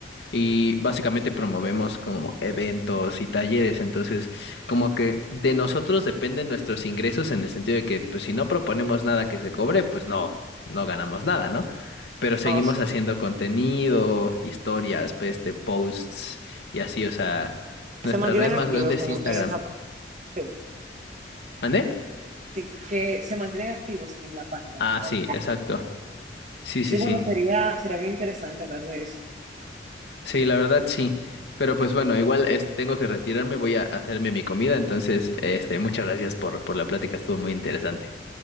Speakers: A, on the left; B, on the right.
A: Y básicamente promovemos como eventos y talleres, entonces como que de nosotros dependen nuestros ingresos en el sentido de que pues si no proponemos nada que se cobre, pues no, no ganamos nada, ¿no? Pero seguimos
B: Oh, sí.
A: haciendo contenido, historias, pues, este, posts y así, o sea, nuestra
B: Se mantienen
A: red más
B: activos
A: grande es
B: en,
A: Instagram.
B: en esa Sí,
A: ¿Mande?
B: sí, que se mantienen activos en la página.
A: Ah,
B: Aunque,
A: sí, exacto. Sí,
B: sí,
A: sí, sí.
B: bueno, sería, sería bien interesante hablar de eso.
A: Sí, la verdad sí. Pero pues bueno, igual este, tengo que retirarme, voy a hacerme mi comida, entonces este, muchas gracias por, por la plática, estuvo muy interesante.